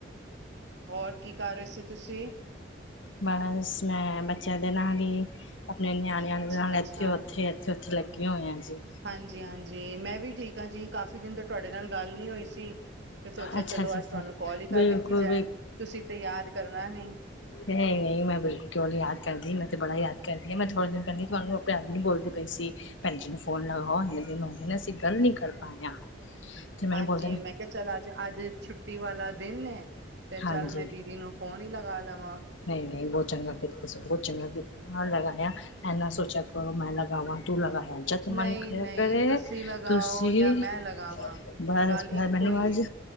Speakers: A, on the right; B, on the left.
A: ਹੋਰ, ਕੀ ਕਰ ਰਹੇ ਸੀ, ਤੁਸੀਂ?
B: ਬਸ ''ਮੈਂ ਬੱਚਿਆਂ ਦੇ ਨਾਲ ਹੀ, ਆਪਣੇ ਨਿਆਣਿਆਂ ਦੇ
A: ਅੱਛਾ
B: ਨਾਲ ਇੱਥੇ-ਉੱਥੇ
A: ਅੱਛਾ
B: ੱ ਉੱਥੇ ਲੱਗੀਆਂ ਹੋਈਆਂ ਜੀ।
A: ਹਾਂਜੀ-ਹਾਂਜੀ, ਮੈਂ ਵੀ ਠੀਕ ਹਾਂ ਜੀ, ਕਾਫੀ ਦਿਨ ਤੋ ਤੁਹਾਡੇ ਨਾਲ ਗੱਲ ਨਹੀਂ ਹੋਈ ਸੀ। ਤੇ ਸੋਚਿਆ
B: ਅੱਛਾ
A: ਚਲੋ,
B: ਜੀ
A: ਅੱਜ ਤੁਹਾਨੂੰ
B: ਜੀ
A: ਕਾਲ ਹੀ
B: ਬਿਲਕੁਲ
A: ਕਰ ਲਿੱਤੀ ਜਾਏ। ਤੁਸੀਂ ਤੇ ਯਾਦ ਕਰਨਾ ਨਹੀਂ।
B: ਨਹੀਂ-ਨਹੀਂ, ਮੈਂ ਬਿਲਕੁਲ ਕਿਉਂ ਨੀ ਯਾਦ ਕਰਦੀ, ਮੈਂ, ਤੇ ਬੜਾ ਯਾਦ ਕਰਦੀ ਆ, ਮੈਂ ਥੋੜੇ ਦਿਨ ਪਹਿਲੇ ਹੀ ਤੁਹਾਨੂੰ ਭੈਣੀ ਬੋਲਦੇ ਪਈ ਸੀ, ਭੈਣ ਜੀ ਨੂੰ ਫੋਨ ਲਗਾਓ ਇੰਨੇ ਦਿਨ ਹੋ ਗਦੇ ਨੇ, ਅਸੀਂ, ਗੱਲ ਨਹੀਂ ਕਰ ਪਾਂਏ ਆ।
A: ਹ <inaudible>
B: ਜੇ, ਮੈਨ ਬੋਲ
A: 'ਮੈਂ ਕਿਹਾ ਚੱਲ, ਅੱਜ, ਅੱਜ ਛੁੱਟੀ ਵਾਲਾ ਦਿਨ ਏ, ਤੇ
B: ਹਾਂਜੀ
A: ਚੱਲ ਮੈਂ ਦੀਦੀ ਨੂੰ ਫੋਨ ਹੀ ਲਗਾ ਲਵਾਂ।
B: ਨਹੀਂ-ਨਹੀਂ, ਬਹੁਤ ਚੰਗਾ ਕੀਤਾ ਤੁਸੀਂ, ਬਹੁਤ ਚੰਗਾ ਕੀਤਾ। ਹਾਂ ਲਗਾਇਆ, ਐ, ਨਾ ਸੋਚਿਆ ਕਰੋ ਮੈਂ ਲਗਾਵਾਂ, ਤੂੰ ਲਗਾਇਆ ਜੱਦ
A: ਨਹੀਂ
B: ਮਨ ਕਰਿਆ
A: ਨਹੀਂ
B: ਕਰੇ,
A: ਤੁਸੀਂ ਲਗਾਓ
B: ਤੁਸੀਂ,
A: ਜਾਂ ਮੈਂ ਲਗਾਵਾਂ
B: ਬਸ-ਬ
A: ਗੱਲ ਇੱਕੋ
B: ਮੈਨੂੰ
A: ਹੀ
B: ਅੱਜ
A: ਏ